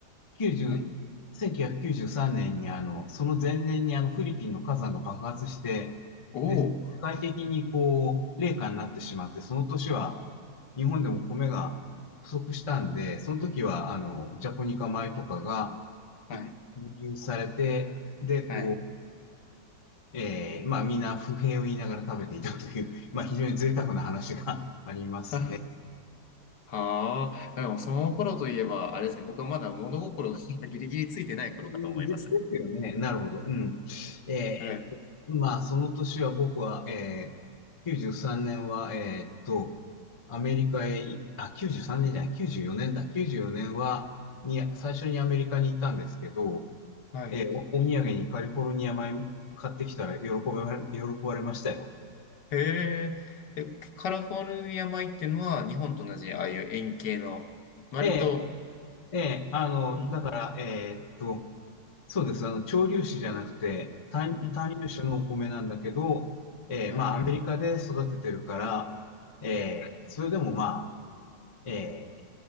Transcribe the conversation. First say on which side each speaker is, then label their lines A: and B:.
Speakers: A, on the left; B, on the left.
A: 90、
B: はい。
A: 1993年にあの、その前年にあのフィリピンの火山が爆発して、
B: おお、
A: で、世界的にこう、冷夏になってしまって、その年は日本でも米が不足したんで、その時はあの、ジャポニカ米とかが
B: はい、
A: い輸入されて、で、こう、
B: はい。
A: えーまあみんな不平を言いながら食べていたという、まあ非常に贅沢な話が <laughs> ありますね。
B: <laughs> はあ、でもその頃といえば、あれですね、僕はまだ物心が <laughs> ギリギリついてない頃かと思います。
A: で、ですよね。なるほど。うん。えーまあ、
B: はい。
A: その年は僕は、えー、93年は、えーっと、アメリカへい、あ、93年じゅうさんねんじゃない、94年だ。94年は、に、最初にアメリカに行ったんですけど、
B: はい。
A: えーお、お土産にカリフォルニア米買ってきたら喜ばれ、喜ばれましたよ。
B: へえ。え、カリフォルニア米っていうのは、日本と同じ、ああいう円形の、割と、
A: ええええあの、
B: うん、
A: だから、えーっと、そうです。あの、潮流種じゃなくて、単、
B: うん、
A: 単粒種のお米なんだけど、えーまあ、
B: はい、
A: アメリカで育ててるから、えーそれでもまあ、
B: はい、
A: え